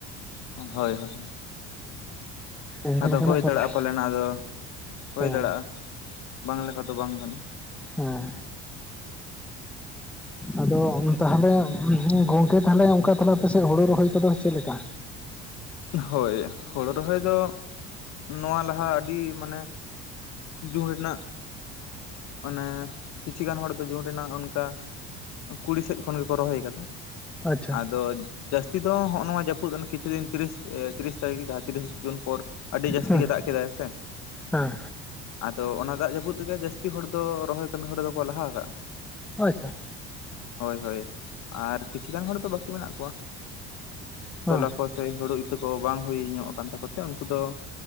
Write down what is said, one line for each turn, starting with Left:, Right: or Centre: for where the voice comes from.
Left: ᱦᱳᱭ, ᱦᱳᱭ, ᱦᱳᱭ ᱾
Centre: ᱚᱱᱠᱟ
Left: ᱟᱫᱚ
Centre: ᱞᱮᱠᱟᱱᱟᱜ
Left: ᱦᱳᱭ
Centre: ᱠᱟᱛᱷᱟ
Left: ᱫᱟᱲᱮᱜᱼᱟ ᱯᱟᱞᱮᱱᱟ ᱫᱚ, ᱦᱩᱭ
Centre: ᱦᱮᱸ
Left: ᱫᱟᱲᱮᱭᱟᱜᱼᱟ ᱵᱟᱝ ᱞᱮᱠᱟ ᱫᱚ ᱵᱟᱝ ᱠᱟᱱᱟ ᱾
Centre: ᱦᱮᱸ᱾ <inaudible> ᱟᱫᱚ ᱚᱱ ᱛᱟᱦᱚᱞᱮ ᱜᱚᱝᱠᱮ ᱛᱟᱦᱚᱞᱮ, ᱚᱝᱠᱟ ᱛᱟᱦᱚᱞᱮ ᱟᱯᱮᱥᱮᱫ ᱦᱳᱲᱳ ᱨᱚᱦᱚᱭ ᱠᱚᱫᱚ ᱪᱮᱫ ᱞᱮᱠᱟ?
Left: ᱦᱳᱭ ᱦᱳᱲᱳ ᱨᱚᱦᱚᱭ ᱫᱚ, ᱱᱚᱣᱟ ᱞᱟᱦᱟ ᱟᱹᱰᱤ ᱢᱟᱱᱮ ᱡᱩᱱ ᱨᱮᱱᱟᱜ, ᱚᱱᱮ ᱠᱤᱪᱷᱤ ᱜᱟᱱ ᱦᱚᱲ ᱫᱚ ᱡᱩᱱ ᱨᱮᱱᱟᱜ ᱚᱱᱠᱟ ᱠᱩᱲᱤ ᱥᱮᱫ ᱠᱷᱚᱱ ᱜᱮᱠᱚ ᱨᱚᱦᱚᱭ ᱠᱟᱫᱟ᱾
Centre: ᱟᱪᱪᱷᱟ
Left: ᱟᱫᱚ ᱡᱟᱹᱥᱛᱤ ᱫᱚ, ᱦᱚᱸᱜᱼᱚ ᱱᱚᱣᱟ ᱡᱟᱹᱯᱩᱫ ᱠᱤᱪᱷᱩ ᱫᱤᱱ ᱛᱤᱨᱤᱥ ᱮ ᱛᱤᱨᱤᱥ ᱛᱟᱹᱨᱤᱠᱷ ᱡᱟᱦᱟᱸ ᱛᱤᱨᱤᱥ ᱡᱩᱱ ᱯᱚᱨ, ᱟᱹᱰᱤ ᱡᱟᱹᱥᱛᱤ
Centre: ᱦᱮᱸ
Left: ᱜᱮ ᱫᱟᱜ ᱠᱮᱫᱟᱭ ᱥᱮ ᱾
Centre: ᱦᱮᱸ
Left: ᱟᱫᱚ ᱚᱱᱟ ᱫᱟᱜ ᱡᱟᱹᱯᱩᱫ ᱛᱮᱜᱮ, ᱡᱟᱹᱥᱛᱤ ᱦᱚᱲ ᱫᱚ ᱨᱚᱦᱚᱭ ᱠᱟᱹᱢᱤ ᱦᱚᱨᱟ ᱫᱚᱠᱚ ᱞᱟᱦᱟ ᱠᱟᱜᱼᱟ ᱾
Centre: ᱟᱪᱪᱷᱟ ᱾
Left: ᱦᱳᱭ ᱦᱳᱭ, ᱟᱨ ᱠᱤᱪᱷᱩ ᱜᱟᱱ ᱦᱚᱲ ᱫᱚ ᱵᱟᱹᱠᱤ ᱢᱮᱱᱟᱜ ᱠᱚᱣᱟ ᱾
Centre: ᱦᱮᱸ
Left: ᱛᱚᱞᱟ ᱠᱚ ᱥᱮ, ᱦᱳᱲᱳ ᱤᱛᱟᱹ ᱠᱚ ᱵᱟᱝ ᱦᱩᱭ ᱧᱚᱜ ᱠᱟᱱ ᱛᱟᱠᱚ ᱛᱮ ᱩᱱᱠᱩ ᱫᱚ